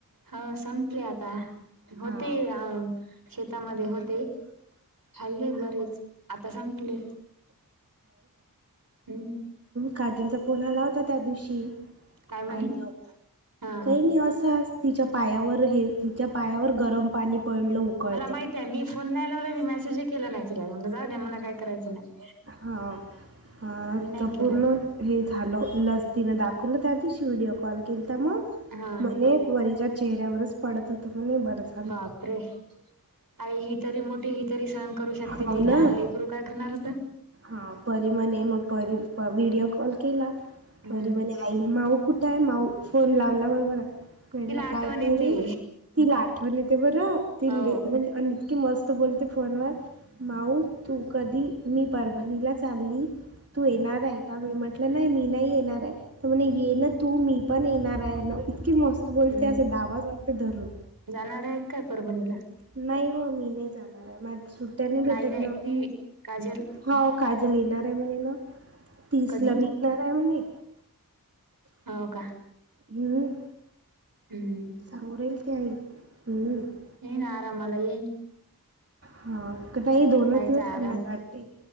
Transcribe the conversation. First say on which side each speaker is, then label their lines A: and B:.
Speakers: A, on the right; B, on the right.
A: ह संपले आता होते
B: हा
A: अ शेतामध्ये होते खाल्ले बरेच आता संपले हम्म
B: काजीलचा फोन आला होता त्या दिवशी
A: काय म्हणे
B: आईल
A: हा
B: काही
A: हा
B: नाही असा तिच्या पायावर हे तिच्या पायावर गरम पाणी पडलं उकळतं
A: मला माहिित आहे मी फोन द्याय लावला मी मेसेजही केला नाही जाऊ दे मला काय करायचं नाही
B: हां ह
A: मी नाही
B: तर
A: केला.
B: पूर्ण हे झालं लस तिनं दाखवलं त्याआ दिवशी व्हिडिओ कॉल केलं तर मग
A: हा
B: म्हणे वरीच्या चेहऱ्यावरच पडत होतं म्हण बरंच
A: बापरे अरे ह तरी मोठी ही तरी सहण करू शकते
B: हो
A: ती
B: ना
A: लहान लेकरू काय करणार होत
B: हा परी म्हणे मग परी व्हिडिओ कॉल केला
A: हम्म
B: परी म्हणे आई माऊ कुठे आहे माऊ फोन लावला बबर म्हटलं
A: तिला आठवण
B: काय परी
A: येते
B: तिलाट आठवन येते बरं ति
A: हो
B: म्हणज इतकी मस्त बोलते फोन व माऊ तू कधी मी परभणीला चालली तू येणार आहे मी म्हटलं नाही मी नाही येणार आहे तर म्हण ये ना तू मी पण येणार आहे ना इतकी मस्त
A: हम्म
B: बोलते असं दावाज आणते धरून
A: जाणार आहेत काय परभणीला
B: नाही हो मी नाही जाणार आहे माझ सुट्ट्याने भेटत
A: नाही नाही
B: ना
A: ती काजल
B: होा काजल येणार आहे म्हणे ना. तीस
A: कधी
B: ला निघणार आहे म्हणे
A: हो का!
B: ह
A: हम्म.
B: <unintelligible>
A: <unintelligible>
B: हा. का नाही दोनच
A: कायचा
B: दिवस थांबयला
A: आराम
B: वाटते